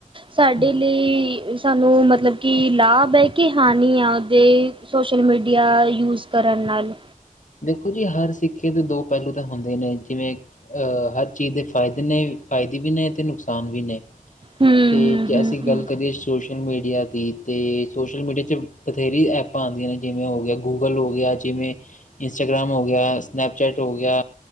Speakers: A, on the right; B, on the left.
A: ਸਾਡੇ
B: ਹਾਂਜੀ
A: ਲਈ ਸਾਨੂੰ ਮਤਲਬ ਕਿ ਲਾਭ ਐ ਕਿ ਹੀ ਆ ਉਹਦੇ ਸੋਸ਼ਲ ਮੀਡੀਆ ਯੂਜ਼ ਕਰਨ ਨਾਲ।
B: ਦੇਖੋ ਜੀ ਹਰ ਸਿੱਕੇ ਦੇ ਦੋ ਪਹਿਲੂ ਤਾਂ ਹੁੰਦੇ ਨੇ ਜਿਵੇਂ ਹਰ ਚੀਜ਼ ਦੇ ਫਾਇਦੇ ਨੇ ਫਾਇਦੇ ਵੀ ਨੇ ਤੇ ਨੁਕਸਾਨ ਵੀ ਨੇ।
A: ਹੂੰ-ਹੂੰ-ਹੂੰ-ਹੂੰ,
B: ਤੇ ਜੇ ਅਸੀਂ ਗੱਲ ਕਰੀਏ ਸੋਸ਼ਲ ਮੀਡੀਆ ਦੀ ਤੇ ਸੋਸ਼ਲ ਮੀਡੀਆ ਚ ਬਥੇਰੀ ਐਪਾਂ ਆਦੀਆਂ ਨੇ ਜਿਵੇਂ ਹੋ ਗਿਆ ਗੂਗਲ ਹੋ ਗਿਆ ਜਿਵੇਂ ਇੰਸਟਾਗ੍ਰਾਮ ਹੋ ਗਿਆ ਸਨੈਪਚੈਟ ਹੋ ਗਿਆ